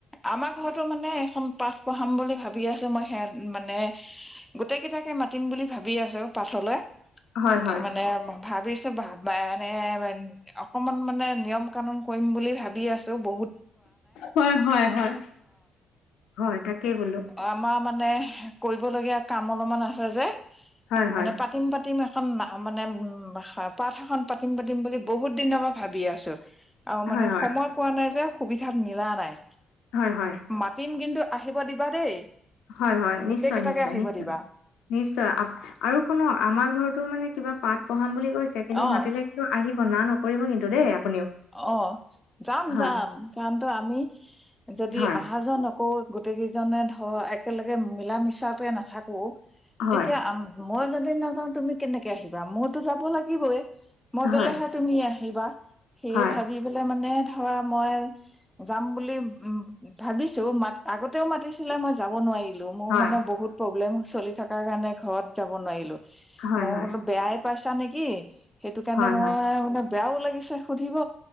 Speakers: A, in the centre; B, on the left.
A: আমাৰ ঘৰতো মানে এখন পাঠ পঢ়াম বুলি ভাবি আছো মই সেয়া মানে গোটেই কেইটাকে মাতিম বুলি ভাবি আছো পাঠলৈ
B: হয় হয়
A: মানে ভাবিছো ভাব এনে অকমান মানে নিয়ম কানুন কৰিম বুলি ভাবি আছো ব
B: হয় হয় হয় হয় তাকেই বোলো
A: অ মানে কৰিবলগীয়া কাম অলপমান আছে যে
B: হয় হয়
A: মানে পাতিম পাতিম খন মানে উ পাঠ এখন পাতিম পাতিম বুলি বহুত দিনৰ পৰা ভাবি আছো আৰু মানে
B: হয় হয়
A: সময় পোৱা নাই যে সুবিধাত মিলা নাই
B: হয় হয়
A: মাতিম কিন্তু আহিব দিবা দেই
B: হয় হয়
A: গোটেই
B: নিশ্চয়
A: কেইটাকে
B: নিশ্চয়
A: আহিব
B: নিশ্চয়
A: দিবা
B: নিশ্চয় আৰু শুনক আমাৰ ঘৰতো মানে কিবা পাঠ পঢ়াম বুলি গৈছে কিন্তু
A: অ
B: মাতিলে কিন্তু আহিব না নকৰিব কিন্তু দেই আপুনিও
A: অ যাম
B: হয়
A: যাম কাৰণ তো আমি যদি
B: হয়
A: অহা যোৱা আকৌ গোটেই কেইজনে ধৰ একেলগে মিলা মিছাতে নাথাকো
B: হয়
A: তেতিয়া মই যদি নাযাওঁ তুমি কেনেকে আহিবা মইতো যাব লাগিবই মই
B: হয়
A: গ'লেহে তুমি আহ আহিবা সে
B: হয়
A: ভাবি পেলাই মানে ধৰা মই যাম বুলি উম ভাবিছো মা আগতেও মাতিছিলে মই যাব নোৱাৰিম। মোৰ
B: হয়
A: মানে বহুত প্ৰব্লেম চলি থকাৰ কাৰণে ঘৰত যাব নোৱাৰিলো।
B: হয়
A: মই
B: হয়
A: বোলো বেয়াই পাইছা নেকি সেইটো কাৰণে
B: হয়
A: মই
B: হয়
A: মানে বেয়াও লাগিছে সুধিব